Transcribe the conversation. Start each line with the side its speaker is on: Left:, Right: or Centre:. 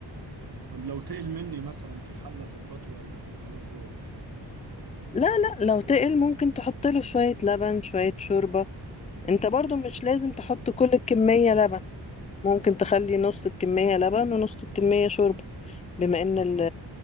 Right: طب لو تقل مني مثلا في حل اظبطه ولا كده خلاص باظ
Left: لا لا لو تقل ممكن تحط له شوية لبن شوية شوربة انت برضو مش لازم تحط كل الكمية لبن ممكن تخلي نص الكمية لبن ونص الكمية شوربة بما ان ال-